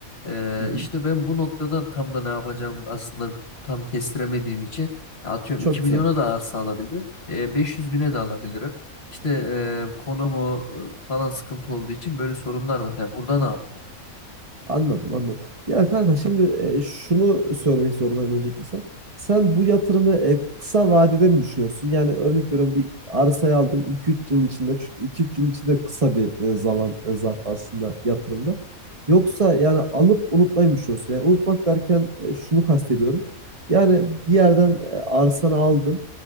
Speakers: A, on the left; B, on the right.
A: E,
B: Hı hı.
A: işte ben bu noktada tam da ne yapacağım aslında tam kestiremediğim için ya atıyorum
B: Çok
A: 2
B: güzel.
A: milyona da arsa alabilirim. E, 500 bine de alabilirim. İşte e, konumu e, falan sıkıntı olduğu için böyle sorunlar var. ya burada ne yapmalıyım?
B: Anladım, anladım. Ya kanka şimdi e, şunu söylemek zorundayım öncelikle sen. Sen bu yatırımı e, kısa vadede mi düşünüyorsun? Yani örnek veriyorum bir arsayı aldın iki üç yıl içinde. Çünkü iki üç yıl içinde kısa bir e, zaman e, zarfı aslında yatırımda. Yoksa yani alıp unutmayı mı düşünüyorsun? Yani unutmak derken e, şunu kastediyorum. Yani bir yerden e, arsanı aldın.